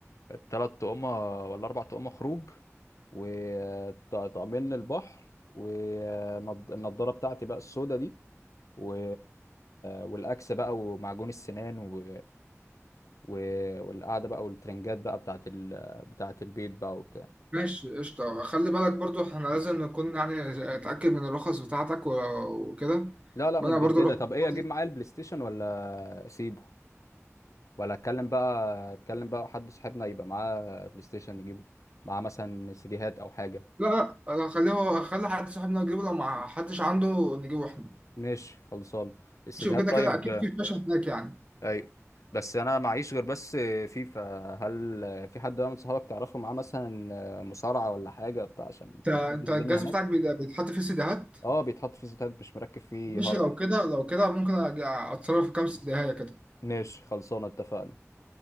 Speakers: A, on the left; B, on the right.
A: ثلاث طقمه ولا اربع طقمه خروج وطقمين البحر والنضاره بتاعتي بقى السودا دي و... والاكس بقى ومعجون السنان و... و... والقعده بقى والترنجات بقى بتاعت ال... بتاعت البيت بقى وبتاع
B: ماشي قشطة خلي بالك برضو احنا لازم نكون يعني آه، اتأكد من الرخص بتاعتك و... وكده
A: لا لا
B: وانا
A: متجدده
B: برضو الرخص
A: طب
B: بتاعتي
A: ايه اجيب معايا البلاي ستيشن ولا اسيبه ولا اتكلم بقى اتكلم بقى حد صاحبنا يبقى معاه بلاي ستيشن نجيبه معاه مثلا سيديهات او حاجه
B: لا لا خليه هو خلي حد صاحبنا يجيبه لو ما حدش عنده نجيبه احنا
A: ماشي خلصان السيديهات
B: ماشي وكده
A: طيب
B: كده اكيد في شاشه هناك يعني
A: اي بس انا معيش غير بس فيفا هل في حد بقى من صحابك تعرفه معاه مثلا مصارعه ولا حاجه بتاع عشان
B: انت انت
A: نظبط الدنيا
B: الجهاز
A: هناك
B: بتاعك بي- بيتحط فيه سيديهات
A: اه بيتحط في سيديهات مش مركب فيه
B: ماشي
A: هارد
B: لو كده لو كده ممكن أج- اتصرف في كام سيديهايه كده
A: ماشي خلصانه اتفقنا